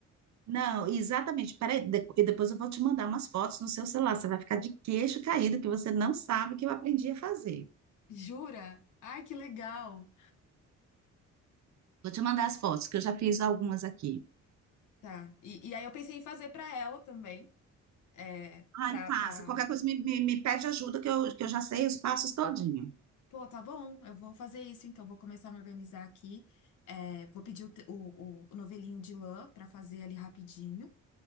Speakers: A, on the right (about 65°); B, on the left (about 80°).
A: Não, exatamente. Peraí, de- e depois eu vou te mandar umas fotos no seu celular. Você vai ficar de queixo caído, que você não sabe o que eu aprendi a fazer.
B: Jura? Ai, que legal.
A: Vou te mandar as fotos, que eu já fiz algumas aqui.
B: Tá. E, e aí eu pensei em fazer para ela também, é,
A: Ai,
B: para
A: faça.
B: para
A: Qualquer coisa me, me, me pede ajuda que eu, que eu já sei os passos todinho.
B: Pô, tá bom, eu vou fazer isso, então vou começar a me organizar aqui. É, vou pedir o, te- o, o- o novelinho de lã para fazer ali rapidinho.